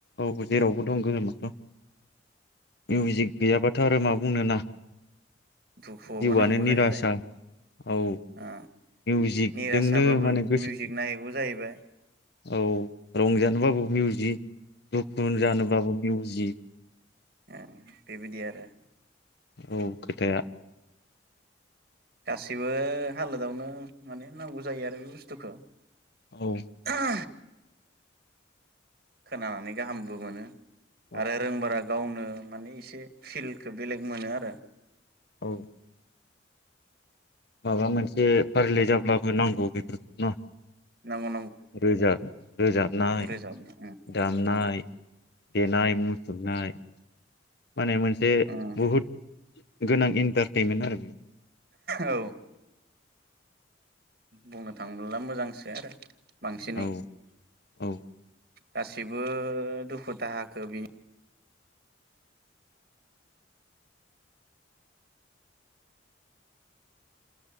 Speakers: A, on the left; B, on the right.
A: औ जेरावबो दं गोहोमाथ
B: उम
A: मिउजिक गैयाबा बेखौथ आरो मा बुंनो ना
B: दुखुआवबो
A: जिउवानो
B: नांगौ
A: निरासा
B: जाहैबाय
A: औ
B: ओ
A: मिउजिकजोंनो
B: निरासाबाबो
A: माने गोसो
B: मिउजिक नांहैगौ जाहैबाय।
A: औ रंजानोबाबो मिउजिक दुखु जानोबाबो मिउजिक
B: ए बेबायदि आरो
A: नंगौ खोथाया
B: गासैबो हालोदावनो माने नांगौ जायो आरो बे बुस्थुखौ।
A: औ
B: ओ खोनानानै गाहामबो मोनो
A: औ
B: आरो रों बाराग गावनो माने एसे फिल्खौ बेलेग मोनोआरो
A: औ माबा मोनसे फारिलाइ जाब्लाबो नांगौ बेफोरखौनो
B: नांगौ
A: रोजाब
B: नांगौ
A: रोजाबनाय
B: रोजाबनो उम
A: दामनाय-देनाय मु सुरनाय माने मोनसे
B: उम
A: बहुद गोनां इन्टारटेनमेन्ट आरो
B: औ बुंनो थाङोब्ला मोजांसो आरो बांसिनै
A: औ औ
B: गासिबो दुखु दाहाखो बिनि